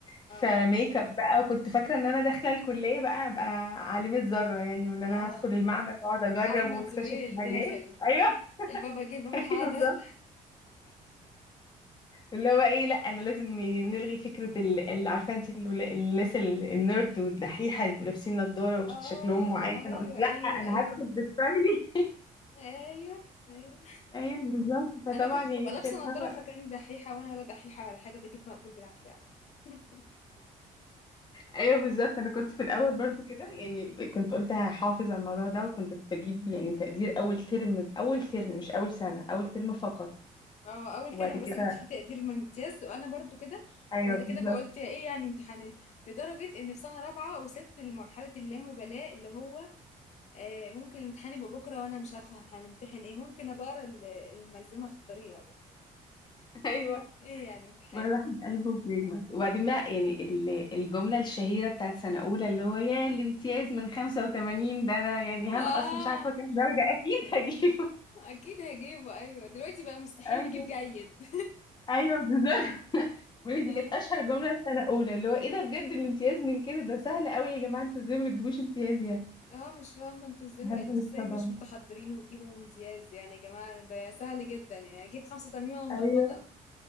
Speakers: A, on the left; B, on the left.
A: فميك
B: اه
A: اب بقى وكنت فاكره ان انا داخله الكليه بقى ابقى عالمه ذره يعني وان انا
B: اه
A: هدخل المعمل واقعد اجرب
B: احمد
A: واكتشف
B: زويل
A: حاجات
B: داخل
A: ايوه
B: البابا جه
A: <laughs>
B: البابا
A: ايوه
B: حاضر
A: بالظبط اللي هو ايه لا انا لازم يعني نلغي فكره ال- اللي عارفه انت الولا- الناس ال- النيرد والدحيحه اللي بيبقوا لابسين نضاره وشكلهم
B: اه
A: معين فانا
B: ايوه
A: قلت لا
B: ايوه
A: انا
B: ايوه
A: هدخل بستايلي <laughs>
B: ايوه ايوه
A: ايوه بالظبط فطبعا
B: انا كنت
A: يعني
B: ببقى
A: تخيلها
B: لابسه نضاره
A: بقى
B: فاكره اني دحيحه وانا ولا دحيحه ولا حاجه بجيب مقبول بالعافيه عادي <laughs>
A: ايوه بالظبط انا كنت في الاول برضو كده يعني كنت قلت هحافظ على الموضوع ده وكنت بجيب يعني تقدير اول ترم اول ترم مش اول سنه اول ترم فقط
B: اه اول
A: وبعد
B: ترم
A: كده
B: بس جبت فيه تقدير ممتاز وانا برضو كده
A: ايوه
B: وبعد
A: بالظبط
B: كده بقى قلت ايه يعني امتحانات لدرجه ان في سنه رابعه وصلت لمرحله اللامبالاه اللي هو آه ممكن الامتحان يبقى بكره وانا مش عارفه هنمتحن ايه ممكن ابقى اقرا ال- الملزمه في الطريق ولا
A: <laughs> ايوه
B: ايه يعني امتحاني
A: ما الواحد قلبه بيجمد وبعدين بقى يعني ال- الجمله الشهيره بتاعت سنه اولى اللي هو يا الامتياز من 85 ده انا يعني هنقص
B: اه
A: مش عارفه كام درجه اكيد هجيبه
B: اكيد هجيبه ايوه دلوقتي بقى مستحيل
A: ايوه
B: نجيب جيد
A: ايوه بالظبط
B: <laughs>
A: بقول لك دي
B: اه
A: كانت اشهر جمله في سنه اولى اللي هو ايه ده بجد الامتياز من كده ده سهل قوي يا جماعه انتوا ازاي ما بتجيبوش امتياز يعني
B: اه مش فاهمه انتوا ازاي
A: لحد
B: ما- انتوا
A: ما نتصدم
B: ازاي مش متحضرين وتجيبوا امتياز يعني يا جماعه ده سهل جدا يعني اجيب 85 وانا
A: ايوه
B: مغمضه